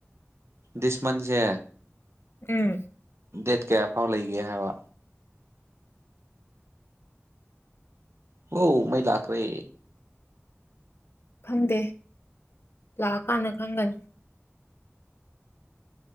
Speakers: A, on the right; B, on the left.
A: ꯗꯤꯁꯃꯁꯦ
B: ꯎꯝ
A: ꯗꯦꯠ ꯀꯌꯥ ꯐꯥꯎ ꯂꯩꯒꯦ ꯍꯥꯏꯕ ꯍ ꯃꯣꯏ ꯂꯥꯛꯈ꯭ꯔꯦ
B: ꯈꯪꯗꯦ ꯂꯥꯛꯑꯀꯥꯟꯗ ꯈꯪꯒꯅꯤ